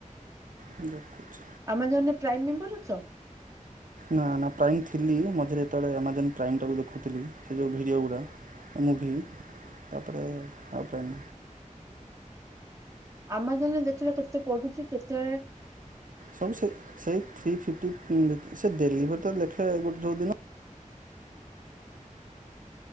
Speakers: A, on the right; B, on the right.
A: ଦେଖୁଚି।
B: ଆମାଜନରେ ପ୍ରାଇମ ମେମ୍ବର ଅଛ?
A: ନା ନା ପ୍ରାଇମ ଥିଲି ମଝିରେ ଯେତେବେଳେ ଆମାଜନ୍ ପ୍ରାଇମଟାକୁ ଦେଖୁଥିଲି ସେଇ ଯୋଉ ଭିଡ଼ିଓଗୁଡ଼ା ମୁଭି ତାପରେ ଆଉ ପ୍ରାଇମ୍।
B: ଆମାଜନରେ ଦେଖିବ କେତେ ପଡୁଚି କେତେ
A: ସବୁ ସେ ସେଇ ଥ୍ରୀ ଫିପଟି ହୁଁ ସେ ଦେଲିଭରି ତ ଲେଖିବା ଗୋଟ ଯୋଉ ଦିନ